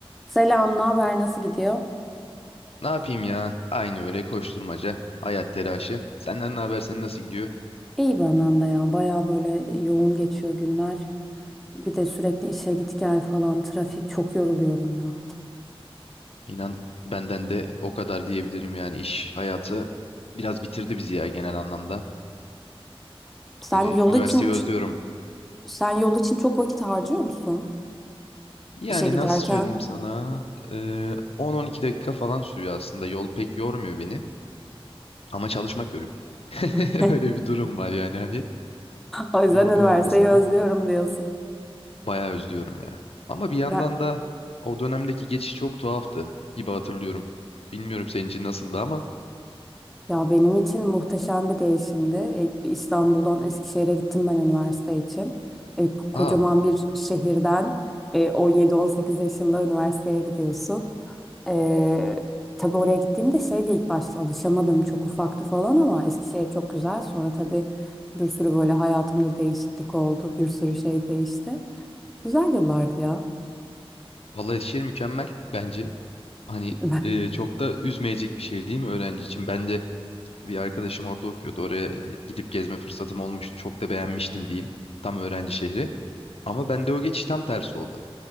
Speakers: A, in the centre; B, on the left (about 75°).
A: Selam, ne haber? Nasıl gidiyor?
B: Ne yapayım ya? Aynı öyle koşturmaca, hayat telaşı. Senden ne haber? Senin nasıl gidiyor?
A: İyi benden de ya. Baya böyle yoğun geçiyor günler. Bir de sürekli işe git gel falan. Trafik çok yoruluyorum ya.
B: İnan benden de o kadar diyebilirim yani iş hayatı biraz bitirdi bizi ya genel anlamda.
A: Sen
B: Hani
A: yol
B: üniversiteyi
A: için
B: özlüyorum.
A: sen yol için çok vakit harcıyor musun
B: Yani
A: işe giderken?
B: nasıl söyleyeyim sana? Ee, 10-12 dakika falan sürüyor aslında. Yol pek yormuyor beni ama çalışmak yoruyor. <laughs>
A: <laughs>
B: Öyle bir durum var yani hani
A: O yüzden
B: yol
A: üniversiteyi
B: yormasa
A: özlüyorum
B: da
A: diyorsun.
B: bayağı özlüyorum ya. Ama bir yandan
A: Ne-
B: da o dönemdeki geçiş çok tuhaftı gibi hatırlıyorum. Bilmiyorum senin için nasıldı ama
A: Ya benim için muhteşem bir değişimdi. E, İstanbul'dan Eskişehir'e gittim ben üniversite için. E, kocaman
B: Aa,
A: bir şehirden e, 17-18 yaşında üniversiteye gidiyorsun. E, tabii oraya gittiğimde şeydi ilk başta alışamadım. Çok ufaktı falan ama Eskişehir çok güzel. Sonra tabii bir sürü böyle hayatımda değişiklik oldu. Bir sürü şey değişti. Güzel yıllardı ya.
B: Balıkesir mükemmel bence. Hani
A: <laughs>
B: e, çok da üzmeyecek bir şehir değil mi öğrenci için? Ben de bir arkadaşım orada okuyordu. Oraya gidip gezme fırsatım olmuştu. Çok da beğenmiştim diyeyim. Tam öğrenci şehri. Ama bende o geçiş tam tersi oldu.